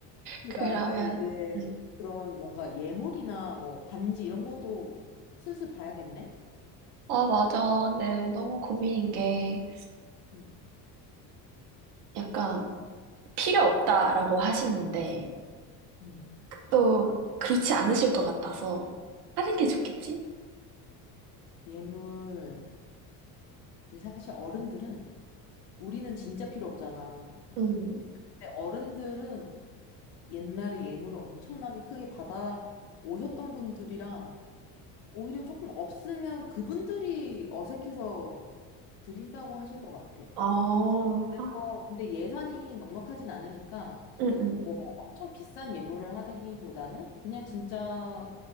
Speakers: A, on the left; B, on the right.
A: 그
B: 그러면,
A: 다음에 이제
B: 응.
A: 그런 뭔가 예물이나 뭐 반지 이런 것도 슬슬 봐야겠네?
B: 아, 맞아. 네, 너무 고민인 게
A: 응,
B: 약간 필요 없다라고 하시는데.
A: 음. 음.
B: 또 그렇지 않으실 것 같아서 하는 게 좋겠지?
A: 예물. 근데 사실 어른들은 우리는 진짜 필요 없잖아.
B: 음.
A: 근데 어른들은 옛날에 예물을 엄청나게 크게 받아 오셨던 분들이라 오히려 조금 없으면 그분들이 어색해서 드린다고 하실 것 같아.
B: 어,
A: 그래서
B: 아,
A: 근데 예산이 넉넉하진 않으니까
B: 음, 음.
A: 뭐 엄청 비싼 예물을 하기보다는 그냥 진짜